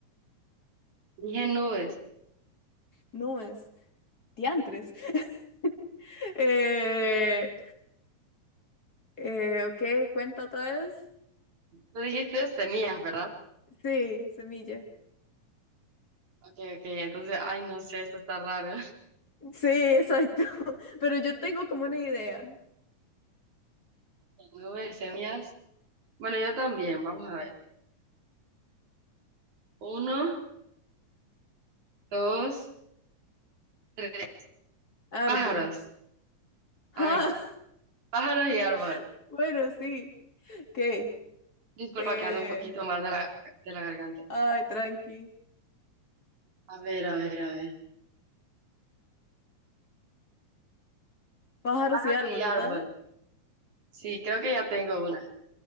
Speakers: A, on the right; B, on the left.
A: Dije nubes.
B: No es. Diantres. <laughs> Eh, eh, ok, cuenta otra vez.
A: Tú dijiste semillas, ¿verdad?
B: Sí, semilla.
A: Ok, ok, entonces, ay, no sé, esto está raro.
B: Sí, exacto. <laughs> Pero yo tengo como una idea.
A: <laughs> Nubes, semillas. Bueno, yo también, vamos a ver. Uno, dos, tres.
B: Árbol.
A: Pájaros.
B: Ah,
A: Ay, pájaros y árbol.
B: <laughs> bueno, sí. Ok.
A: Disculpa
B: Eh,
A: que ando un poquito mal de la, de la garganta.
B: ay, tranqui.
A: A ver, a ver, a ver.
B: Pájaros
A: Pájaro
B: y árbol,
A: Y árbol.
B: ¿verdad?
A: Sí, creo que ya tengo una.